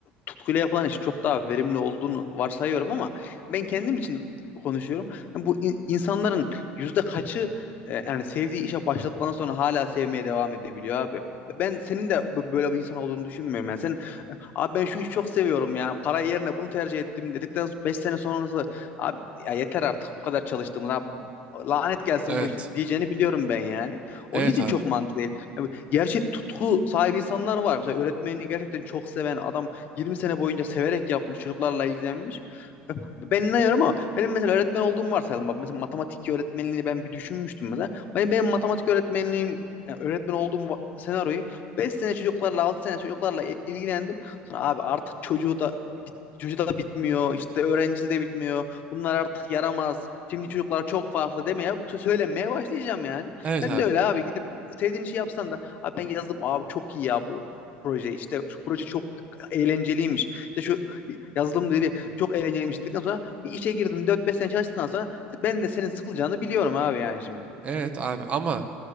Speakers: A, on the left; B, on the right.
A: Tutkuyla yapılan iş çok daha verimli olduğunu varsayıyorum ama ben kendim için konuşuyorum. Hani bu in- insanların yüzde kaçı e, yani sevdiği işe başladıktan sonra hala sevmeye devam edebiliyor abi. Ben senin de b- böyle bir insan olduğunu düşünmüyorum. Yani sen Abi ben şu işi çok seviyorum ya. Para yerine bunu tercih ettim dedikten so-, 5 sene sonrası abi ya yeter artık bu kadar çalıştığımız abi lanet gelsin
B: Evet.
A: bu işte diyeceğini biliyorum ben yani.
B: Evet
A: Onun için
B: abi.
A: çok mantıklı. Yani gerçek tutku sahibi insanlar var. Mesela öğretmenini gerçekten çok seven adam 20 sene boyunca severek yapmış, çocuklarla ilgilenmiş. Ben inanıyorum ama benim mesela öğretmen olduğumu varsayalım. Bak mesela matematik öğretmenliğini ben bir düşünmüştüm mesela. Benim, benim matematik öğretmenliğim yani öğretmen olduğum va- senaryoyu 5 sene çocuklarla 6 sene çocuklarla i- ilgilendim. Sonra abi artık çocuğu da bit- çocuğu da bitmiyor. işte öğrencisi de bitmiyor. Bunlar artık yaramaz. Şimdi çocuklar çok farklı demeye bu söylenmeye başlayacağım yani.
B: Evet
A: Sen
B: abi.
A: de öyle abi gidip sevdiğin işi yapsan da abi ben yazdım abi çok iyi ya bu proje işte şu proje çok eğlenceliymiş. İşte şu yazılım dili çok eğlenceliymiş dedikten sonra bir işe girdin dört beş sene çalıştıktan sonra ben de senin sıkılacağını biliyorum abi yani şimdi.
B: Evet abi ama